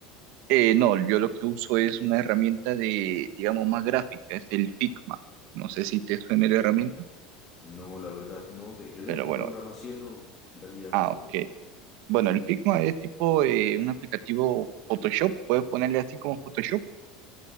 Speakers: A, on the right; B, on the left.
A: Eh, no, yo lo que uso es una herramienta de, digamos, más gráfica, es el Figma. No sé si te suena la herramienta,
B: No, la verdad no, ve. Yo de,
A: pero
B: de
A: bueno,
B: programación no, en realidad
A: ah,
B: no.
A: ok. Bueno, el Figma es tipo eh, un aplicativo Photoshop, puedes ponerle así como Photoshop